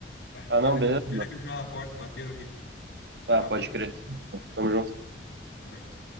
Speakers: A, on the left (about 85°); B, on the right (about 65°).
A: Ah, vieram
B: Ah, não,
A: aqui,
B: beleza. mano.
A: vieram aqui me chamar na porta, bateram aqui.
B: Ah,
A: Valeu,
B: pode crer. Tamo junto.
A: um abraço.